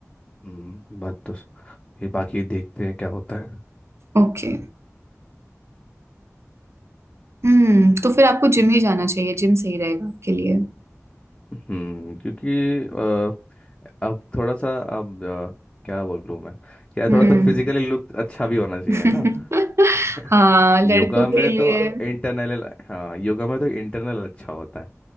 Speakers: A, on the left; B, on the right.
A: हम्म बात तो स- ये बाकी देखते हैं क्या होता है
B: ओके हम्म तो फिर आपको जिम ही जाना चाहिए जिम सही रहेगा आपके लिए
A: हम्म क्योंकि अ, अब थोड़ा सा अब अ, क्या बोलूँ मैं यार
B: हम्म
A: थोड़ा सा फिजिकली लुक अच्छा भी होना चाहिए
B: <laughs>
A: ना <laughs>
B: हाँ लड़कों
A: योगा में
B: के लिए
A: तो इंटरनल हाँ योगा में तो इंटरनल अच्छा होता है